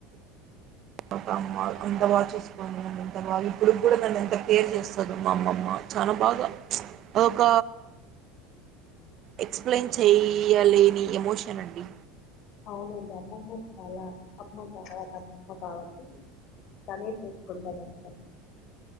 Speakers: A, on the right; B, on the left.
A: ఒక అమ్మ అంత బాగా చూసుకోని నన్ను ఎంత బాగా ఇప్పుడుకి కూడా నన్ను ఎంత కేర్ చేస్తదో మా అమ్మమ్మ చాలా బాగా ఒక ఎక్సప్లయిన్ చేయలేని ఎమోషన్ అండి
B: అవునండి అమ్మమ్మ చాలా అమ్మ తర్వాత అమ్ కాబట్టి తనే చూసుకుంటాదంత